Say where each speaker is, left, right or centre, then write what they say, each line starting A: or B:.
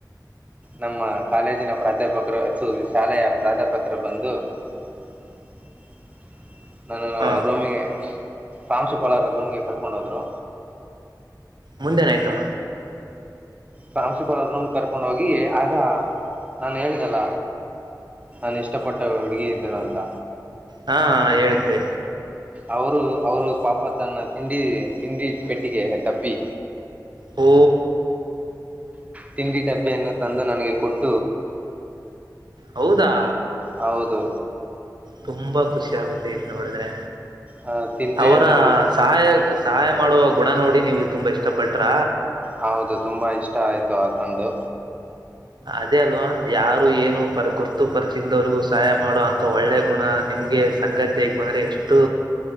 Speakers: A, on the right; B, on the right.
A: ನಮ್ಮ ಕಾಲೇಜಿನ ಪ್ರಾಧ್ಯಾಪಕರು ತು ಶಾಲೆಯ ಪ್ರಾಧ್ಯಾಪಕರು ಬಂದು <inaudible> ನಾನು
B: ಹಾ
A: ರೂಮಿಗೆ ಪ್ರಾಂಶುಪಾಲರು ರೂಮಗೆ ಕರ್ಕೊಂಡು ಹೋದ್ರು
B: ಮುಂದೆನಾಯ್ತು
A: ಪಂಶುಪಾಲರ ರೂಮ್ ಕರ್ಕೊಂಡುೋಗಿ ಆಗ ನಾನು ಹೇಳಿದೆಲ್ಲ ನಾನು ಇಷ್ಟ ಪಟ್ಟ ಹುಡುಗಿ ಇದ್ದಳು ಅಂತ
B: ಹಾ ಹೇಳಿದ್ರಿ
A: ಅವರು ಅವರು ಪಾಪ ತನ್ನ ತಿಂಡಿ ತಿಂಡಿ ಪೆಟ್ಟಿಗೆ ಡಬ್ಬಿ
B: ಹೂ
A: ತಿಂಡಿ ಡಬ್ಬಿಯನ್ನು ತಂದು ನನಗೆ ಕೊಟ್ಟು
B: ಹೌದಾ
A: ಹೌದು
B: ತುಂಬಾ ಖುಷಿ ಆಗುತ್ತೆ ಇದ್ ನೋಡಿದ್ರೆ
A: ಆ, ತಿನ್ರಿ
B: ಅವರ
A: ಅಂತ ಕೊಟ್ಟು
B: ಸಹಾಯ ಸಹಾಯ ಮಾಡುವ ಗುಣ ನೋಡಿ ನೀವು ತುಂಬ ಇಷ್ಟಪಟ್ರ
A: ಹೌದು ತುಂಬಾ ಇಷ್ಟ ಆಯ್ತು ಅದೊಂದು
B: ಅದೇ ಅಲ್ವಾ ಯಾರು ಏನು ಪರ ಗುರ್ತು ಪರಿಚಯ ಇಲ್ದವರಿಗೂ ಸಹಾಯ ಮಾಡೋ ಅಂತ ಒಳ್ಳೆ ಗುಣ ನಿಮ್ಗೆ ಸಂಗಾತಿಯಾಗಿ ಬಂದರೆ ಎಷ್ಟು